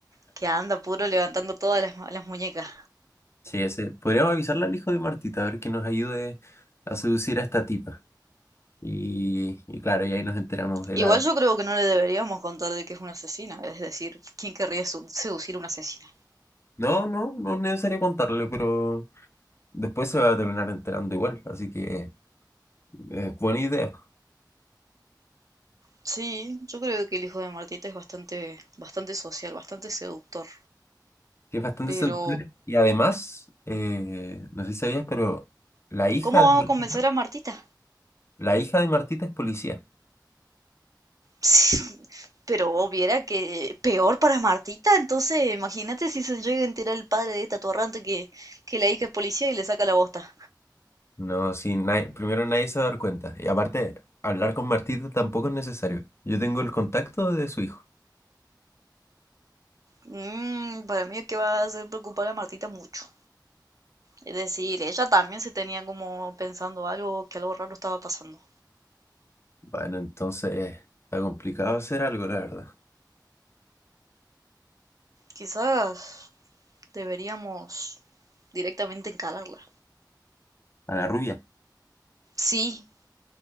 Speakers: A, on the right; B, on the left.
A: que anda puro levantando todas las, las muñecas.
B: Sí, ese. Podríamos avisarle al hijo de Martita, a ver que nos ayude a seducir a esta tipa. Y, y claro, y ahí nos enteramos de
A: Igual
B: la...
A: yo creo que no le deberíamos contar de que es una asesina, es decir, ¿quién querría su- seducir a una asesina?
B: No, no, no es necesario contarle, pero después se va a terminar enterando igual. Así que es buena idea.
A: Sí, yo creo que el hijo de Martita es bastante, bastante social, bastante seductor.
B: Sí, es bastante
A: Pero,
B: seductor. Y además, eh, no sé si sabías, pero la hija
A: ¿cómo
B: de
A: vamos
B: Martita,
A: a convencer a Martita?
B: la hija de Martita es policía.
A: <laughs> Pero vos viera que peor para Martita, entonces imagínate si se llega a enterar el padre de esta atorrante que, que la hija es policía y le saca la bosta.
B: No, sí, nadie- primero nadie se va a dar cuenta. Y aparte, hablar con Martita tampoco es necesario. Yo tengo el contacto de su hijo.
A: Mm, para mí es que va a hacer preocupar a Martita mucho. Es decir, ella también se tenía como pensando algo, que algo raro estaba pasando.
B: Bueno, entonces eh, está complicado hacer algo, la verdad.
A: Quizás deberíamos directamente encararla.
B: A la rubia,
A: Sí,